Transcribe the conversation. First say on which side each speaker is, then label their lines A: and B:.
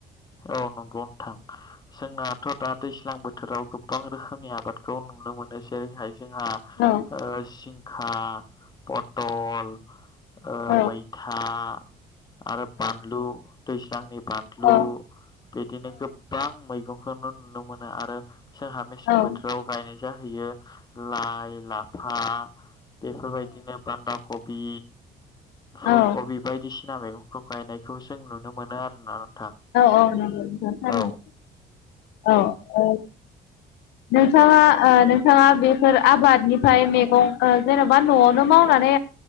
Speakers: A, on the left; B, on the left.
A: औ नंगौ नोंथां। जोंनाथ दा दैज्लांबो बो बोथोराव गोबां रोखोमनि आबादखौ नुनो मोनो जेरैहाय जोंहा
B: औ
A: ओ जिंखा पटल ओ
B: औ
A: मैथा आरो बानलु दैज्लांनि बानलु
B: औ
A: बेदिनो गोबां मैगंखौनो नुनो मोनो आरो जोंहा मेसें
B: औ
A: बोथोराव गायनाय जाहैयो लाइ लाफा बेफोरबायदिनो बान्दा खब बि फुलकबि
B: औ
A: बायदि सिना मैगंखौ गायनायखौ जों नुनो मोनो आरोना। नोंथां
B: औ नंगौथ थारैनो
A: औ
B: औ औ नोंथाङा नोंथाङा बेफोर आबादनिफ्राय मैगं जेनबा न'आवनो मावनानै